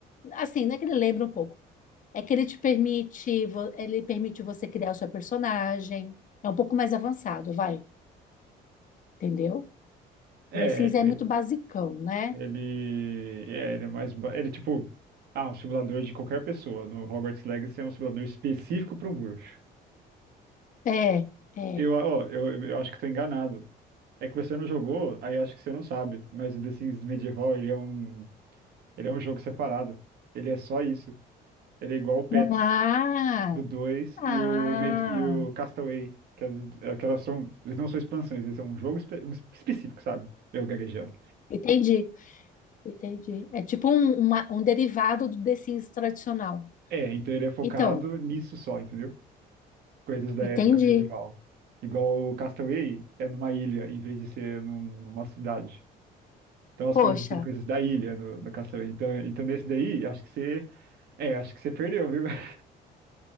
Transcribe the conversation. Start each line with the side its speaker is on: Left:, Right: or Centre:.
Left: assim, não é que ele lembra um pouco, é que ele te permite, vo- ele permite você criar o seu personagem. É um pouco mais avançado, vai, entendeu?
Right: É,
Left: The Sims é
Right: ele,
Left: muito basicão, né?
Right: ele é, ele é mais. ba- Ele, é tipo. Ah, um simulador de qualquer pessoa. No Hogwarts Legacy é um simulador específico para um bruxo.
Left: É, é.
Right: Eu, ó, eu, eu acho que tô enganado. É que você não jogou, aí acho que você não sabe. Mas o The Sims Medieval, ele é um, ele é um jogo separado. Ele é só isso. Ele é igual o Pets
Left: Ah,
Right: do 2 e
Left: ah,
Right: o, Med- e o Castaway. Que, é- que elas são, eles não são expansões, eles são um jogo espe- um específico, sabe? Eu gaguejando.
Left: entendi, entendi. É tipo um, uma- um derivado do The Sims tradicional.
Right: É, então ele é focado
Left: Então,
Right: nisso só, entendeu? coisas da
Left: entendi.
Right: época medieval. Igual o Castaway é numa ilha em vez de ser num- numa cidade. Então as
Left: Poxa,
Right: coisas tem coisas da ilha no, no Castaway. Então, então nesse daí, acho que você é, acho que você perdeu, viu? <laughs>